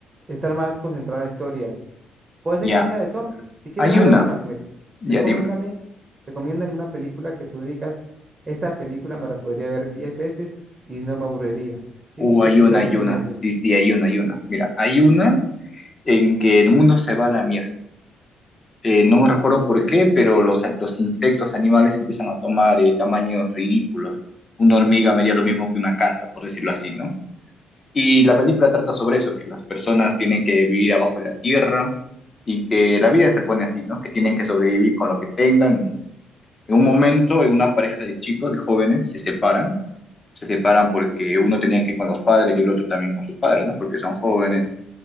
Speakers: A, on the right; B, on the left.
A: estar más concentrado en la historia. Puede ser
B: Ya,
A: que no sea de zombies, si quieres
B: hay
A: hagamos
B: una,
A: algo, mire,
B: ya
A: recomiéndame,
B: dime.
A: recomiéndame una película que tú digas, esta película me la podría ver 10 veces y no me aburriría, ¿sí?
B: Uh,
A: ¿Qué
B: hay
A: película
B: una, hay
A: tiene
B: una.
A: en mente?
B: Sí, sí, hay una, hay una. Mira, hay una en que el mundo se va a la mierda. Eh, no me recuerdo por qué, pero los, a- los insectos animales empiezan a tomar eh, tamaños ridículos. Una hormiga medía lo mismo que una casa, por decirlo así, ¿no? Y la película trata sobre eso, que las personas tienen que vivir abajo de la tierra y que la vida se pone así, ¿no? Que tienen que sobrevivir con lo que tengan. En un momento, eh, una pareja de chicos, de jóvenes, se separan se separan porque uno tenía que ir con los padres y el otro también con sus padres, ¿no? Porque son jóvenes.